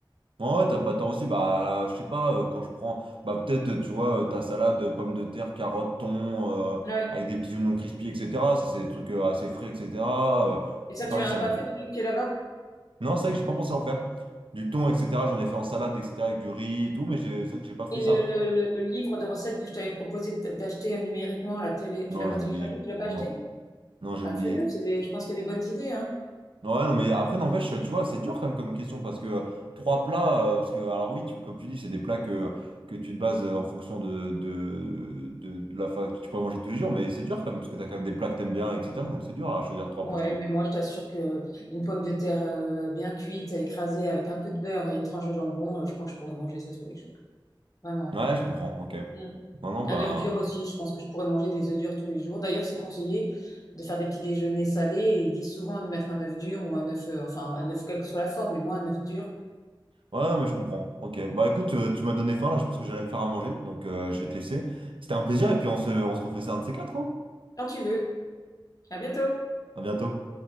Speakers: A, on the right (about 80°); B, on the left (about 45°).
A: en vrai, t'as pas tort aussi, bah, je sais pas, euh, quand je prends, bah, peut-être, tu vois, euh, ta salade, pommes de terre, carottes, thon, euh,
B: Oui,
A: avec des petits oignons crispy, etc. Ça, c'est des trucs euh, assez frais, etc. Euh,
B: Et
A: puis
B: ça,
A: pareil,
B: tu n'en
A: ça
B: as pas
A: me...
B: fait depuis que tu es là-bas?
A: Non, c'est vrai que j'ai pas pensé à en faire. Du thon, etc. J'en ai fait en salade, etc. avec du riz et tout, mais j'ai- c'est vrai que j'ai pas fait
B: Et
A: ça.
B: le, le- le livre de recettes que je t'avais proposé de- d'acheter numériquement, la télé, tu
A: Non,
B: l'as pas
A: j'ai oublié.
B: téléchargé, tu l'as pas
A: Non,
B: acheté?
A: non, j'ai
B: Bah
A: oublié.
B: fais-le, c'est des, je pense qu'il y a des bonnes idées, hein.
A: Ouais, non, mais après, n'empêche, tu vois, c'est dur quand même comme question parce que euh, trois plats, euh, parce que, alors oui, tu, comme tu dis, c'est des plats que, que tu te bases euh, en fonction de, de, de, de la faim que tu pourrais manger tous les jours, mais c'est dur quand même parce que t'as quand même des plats que t'aimes bien, etc. Donc c'est dur à choisir trois
B: Ouais,
A: plats, je trouve.
B: mais moi je t'assure que une pomme de terre euh, bien cuite, écrasée avec un peu de beurre et une tranche de jambon, euh, je crois que je pourrais manger ça tous les jours. Vraiment.
A: Ouais, je comprends, ok.
B: Mm.
A: Non, non, bah.
B: Un œuf dur aussi, je pense que je pourrais manger des œufs durs tous les jours. D'ailleurs, c'est conseillé de faire des petits déjeuners salés et ils disent souvent de mettre un œuf dur ou un œuf, euh, enfin un œuf quelle que soit la forme, mais moi un œuf dur
A: Ouais, non, mais je comprends, ok. Bah écoute, euh, tu m'as donné faim là, je pense que j'allais me faire à manger, donc euh, je vais te laisser. C'était un plaisir et puis on se, on se refait ça un de ces quatre, hein.
B: quand tu veux. À bientôt.
A: À bientôt.